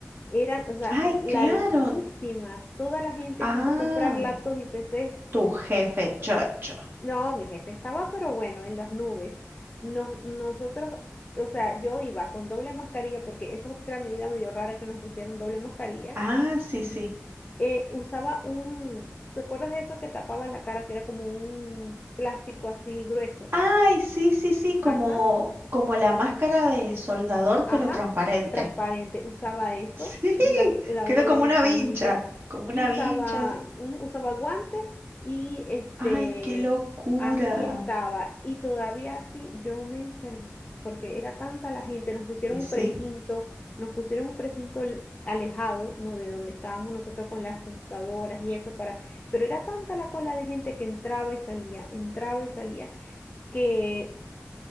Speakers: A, on the left; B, on the right.
A: eran, o sea,
B: Ay,
A: r- larguísimas.
B: claro.
A: Toda la gente
B: Ay,
A: quiso comprar laptops y PCs.
B: tu jefe chocho.
A: No, mi jefe estaba, pero bueno, en las nubes. Nos, nosotros, o sea, yo iba con doble mascarilla porque esa es otra medida medio rara que nos pusieron doble mascarilla
B: Ah, sí, sí.
A: eh, usaba un, ¿te acuerdas de eso que tapaba la cara, que era como un plástico así grueso?
B: Ay, sí, sí, sí, como,
A: Ajá.
B: como la máscara de soldador,
A: Ajá,
B: pero transparente.
A: transparente,
B: <laughs>
A: usaba eso,
B: Sí,
A: la, la
B: que
A: doble
B: era como
A: mascarilla
B: una vincha, como
A: y
B: una
A: usaba,
B: vincha. así.
A: mm, usaba guantes y este,
B: Ay, qué locura.
A: así estaba. Y todavía así yo me enfermé, porque era tanta la gente, nos pusieron
B: Y
A: un
B: sí,
A: precinto, nos pusieron un precinto l- alejado, ¿no? De donde estábamos nosotros con las computadoras y eso para, pero era tanta la cola de gente que entraba y salía, entraba y salía, que